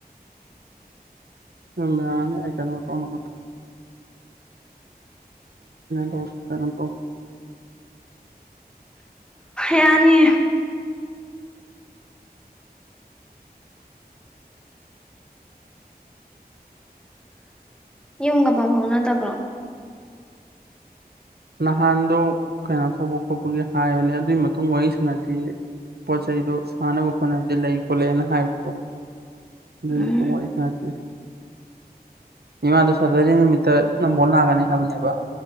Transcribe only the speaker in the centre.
ꯌꯥꯅꯤꯌꯦ ꯌꯨꯝ ꯀ ꯄ ꯐꯥꯎ ꯅꯠꯇꯕ꯭ꯔꯣ
ꯎꯝ